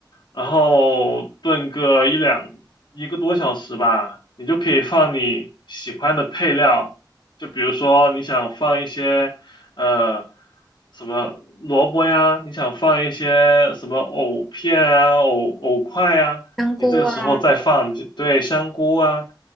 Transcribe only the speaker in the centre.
香菇啊，